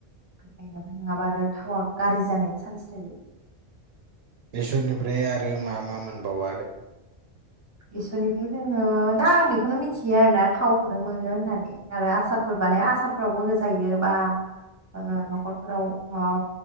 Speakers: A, on the right; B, on the right.
A: बेखायनो नङाब्ला आरो थावा गाज्रि जानायनि चान्स थायो।
B: इसोर निफ्राय आरो मा मा मोनबावो आरो?
A: बिसोर निफ्राय जोङो दा आं बेखौनो मिन्थियो आरोना थाव खौनो मोनो होननानै आरो हासार फोर। माने आसार फोरावबो होजायो बा ओ न'खर फोराव माबा